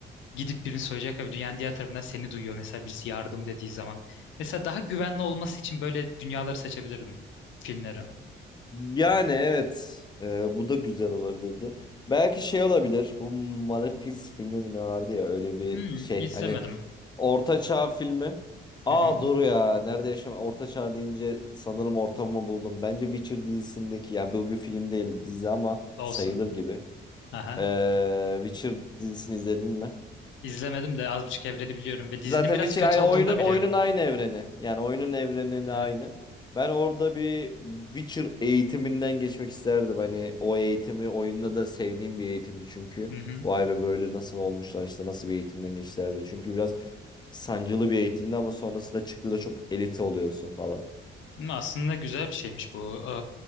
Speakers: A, on the left; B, on the left.
A: gidip birini soyacak abi dünyanın diğer tarafından seni duyuyor mesela birisi yardım dediği zaman. Mesela daha güvenli olması için böyle dünyaları seçebilirdim filmleri.
B: Yani evet Ee, bu da güzel olabilirdi. Belki şey olabilir bu Malefiz filmi mi ne vardı ya öyle bir
A: Hmm,
B: şey
A: izlemedim.
B: hani Orta Çağ filmi. Aa
A: Hı hı,
B: dur ya. Nerede yaşam? Orta Çağ deyince sanırım ortamı buldum. Bence Witcher dizisindeki ya bu bir film değil dizi ama
A: olsun.
B: sayılır gibi.
A: Aha.
B: Ee, Witcher dizisini izledin mi?
A: İzlemedim de az buçuk evreni biliyorum ve dizinin
B: Zaten
A: biraz
B: Witcher
A: kötü
B: aynı
A: olduğunu
B: oyunun
A: da biliyorum.
B: oyunun aynı evreni. Yani oyunun evrenini
A: Evet.
B: aynı. Ben orada bir Witcher eğitiminden geçmek isterdim. Hani o eğitimi oyunda da sevdiğim bir eğitimdi çünkü.
A: Hı hı.
B: Vay be böyle nasıl olmuşlar işte nasıl bir eğitimden geçtilerdi. Çünkü biraz sancılı bir eğitimdi ama sonrasında çıktı da çok elite oluyorsun falan.
A: Hı, Aslında güzel bir şeymiş bu.